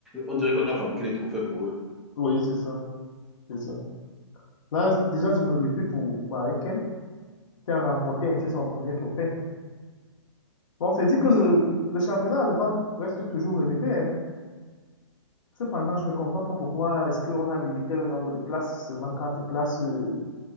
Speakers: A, in the centre; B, on the left.
A: on dirait qu'on a fabriqué les trophées pour eux.
B: oui, c'est ça, c'est ça. Là, déjà, je me réjouis pour, pour Harry Kane, qui a remporté
A: Mhm.
B: ainsi son premier trophée. Bon, c'est dit que
A: C'est
B: le,
A: ça.
B: le championnat allemand reste toujours élevé. hein. Cependant, je ne comprends pas pourquoi est-ce qu'on a limité le nombre de places, seulement quatre places euh,